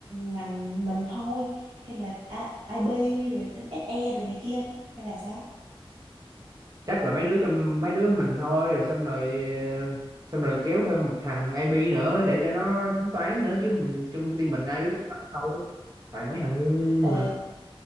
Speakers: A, on the right; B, on the right.
A: ngành mình thôi hay là I- IB rồi thêm SE rồi này kia không? hay là sao
B: chắc là mấy đứa trong mấy đứa mình thôi rồi xong rồi ờ, xong rồi kéo thêm một thằng IB nữa để cho nó tính toán nữa chứ mình chung team mình ai biết tính toán đâu toàn mấy thằng ngu
A: ờ
B: mà